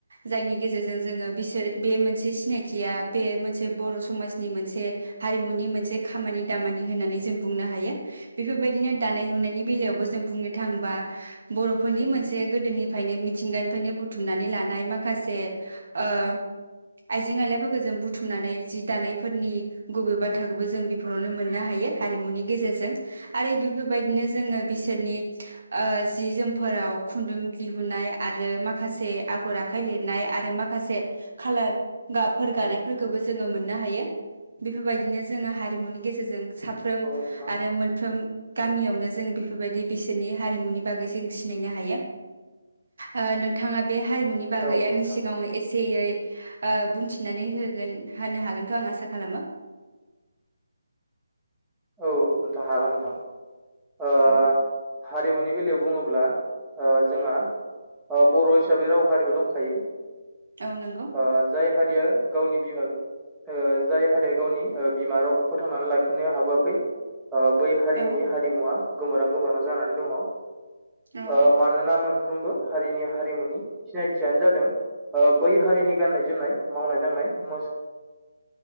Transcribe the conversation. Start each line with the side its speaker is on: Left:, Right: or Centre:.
Right: जायनि गेजेरजों जोङो बिसोर बे मोनसे सिनायथिया बे मोनसे बर' समाजनि मोनसे हारिमुनि मोनसे खामानि दामानि होननानै जों बुंनो हायो बेफोरबायदिनो दानाय लुनायनि बेलायावबो जों बुंनो थाङोबा बर'फोरनि मोनसे गोदोनिफ्रायनो मिथिंगानिफ्रायनो बुथुमनानै लानाय माखा से ओ आइजें आइलाफोरखौ जों बुथुमनानै जि दानायफोरनि गुबै बाथ्राखौबो जों बेफोरावनो मोननो हायो हारिमुनि गेजेरजों आरो बेफोरबायदिनो जोङो बिसोरनि ओ जि जोमफोराव खुन्दुं दिहुनाय आरो माखासे आगर आखाइ लिरनाय आरो मा माखासे खालार गाबफोर गानायफोरखौबो जोङो मोननो हायो। बेफोरबायदिनो जोङो हारिमुनि गेजेरजों साफ्रोम
Centre: नोंथां
Right: आरो मोनफ्रोम गामियावनो जों बेफोरबायदि बिसोरनि हारिमुनि बागै जों सिनायनो हायो ओ नोंथाङा बे हारिमुनि बागै
Centre: औ
Right: आंनि
Centre: नोंथां
Right: सिगाङाव एसेयै ओ बुंथिनानै होगोन होनो हागोनखौ आं आसा खालामो।
Centre: औ नोंथां हागोन नोंथां। ओ
Right: औ।
Centre: हारिमुनि बेलायाव बुङोब्ला ओ जोंङा ओ बर' हिसाबै राव हारिमु दंखायो
Right: औ नंगौ
Centre: ओ जाय हारि बेयो गावनि बिमा ओ जाय हारिया गावनि ओ बिमा रावखौ फोथांनानै लाखिनो हाबो आखै बै हारिनि
Right: औ
Centre: हारिमुवा गोमोरां गोमोरां जानानै दङ। ओ
Right: औ
Centre: मानोना मोनफ्रोमबो हारिनि हारिमुनि सिनायथियानो जादों ओ बै हारिनि गाननाय जोमनाय मावनाय दांनाय मो